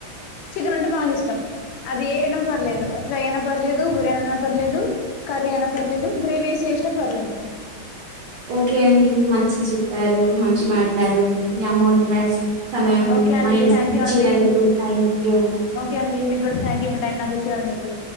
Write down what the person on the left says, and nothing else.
చికెన్ అంటే బాగిష్టం అది ఏడం పర్లేదు ఫ్రై అయినా పర్లేదు బిర్యానీ అయినా పర్లేదు కర్రీ అయినా పర్లేదు గ్రేవీ ఏసి చేస్నా పర్లేదు
ఓకే అండి
థ్యాంక్ యూ అండి
ఓకే అండి మీక్కూడా థాంక్యూ మీ టైం నాకిచ్చినందుకు